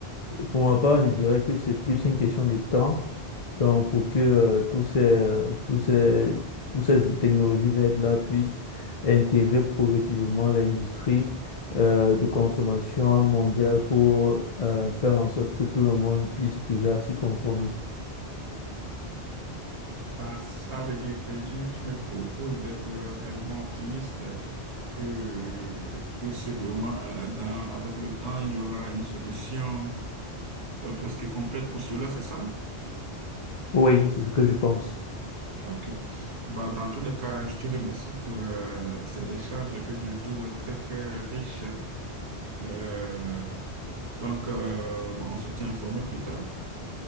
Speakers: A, on the left; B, on the right.
A: pour ma part, je dirais que c'est plus une question de temps donc, pour que euh, tous ces, euh, tous ces, toutes ces technologies vertes-là puissent intégrer progressivement l'industrie euh, de consommation mondiale pour euh, faire en sorte que tout le monde puisse déjà s'y conformer.
B: Bah, ça veut dire que tu, me tu me proposes d'être réellement optimiste, que, que sûrement euh, dans, avec le temps, il y aura une solution euh, presque complète pour cela, c'est ça?
A: Oui, c'est ce que je pense.
B: Ok. Bah, dans tous les cas, je te remercie pour euh, ces échanges que je trouve très, très riches. Euh, donc, euh, bon, on se tient informé plus tard.